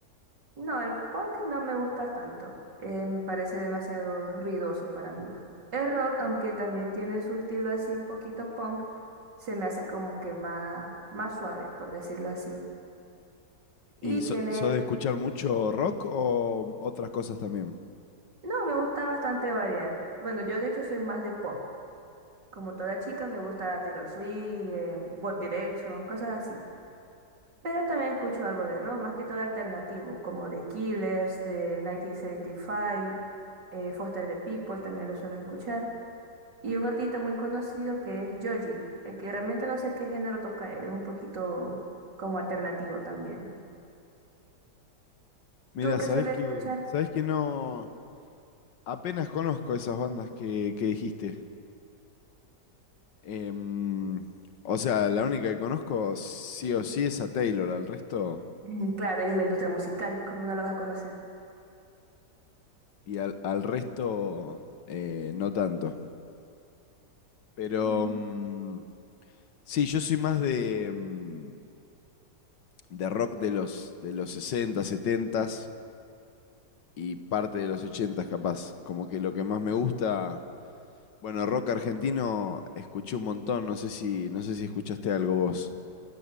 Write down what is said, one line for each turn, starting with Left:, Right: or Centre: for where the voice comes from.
Right: No, el punk no me gusta tanto. eh, me parece demasiado ruidoso para mí. El rock, aunque también tiene su estilo así un poquito punk, se me hace como que más, más suave, por decirlo así. Y
Left: ¿Y so-
Right: tiene...
Left: sos de escuchar mucho rock o otras cosas también?
Right: No, me gusta bastante variar. Bueno, yo de hecho soy más de pop. Como toda chica me gusta Taylor Swift, em, One Direction, cosas así. Pero también escucho algo de rock, más que todo alternativo, como The Killers, de 1975, eh, Foster the People, también lo suelo escuchar. Y un artista muy conocido que es Joji, el que realmente no sé qué género toca él, es un poquito como alternativo también.
Left: Mira,
Right: ¿Tú qué
Left: sabés
Right: sueles
Left: que,
Right: escuchar?
Left: sabés
Right: <laughs>
Left: que no, apenas conozco esas bandas que, que dijiste. Em, o sea, la única que conozco sí o sí es a Taylor, al resto,
Right: Mm, Claro, ella es la industria musical, ¿cómo no la vas a conocer?
Left: y al, al resto eh, no tanto. Pero
Right: Mm,
Left: mm, sí, yo soy más de, mm, de rock de los, de los 60, 70 y parte de los 80 capaz. Como que lo que más me gusta... Bueno, rock argentino escuché un montón, no sé si, no sé si escuchaste algo vos.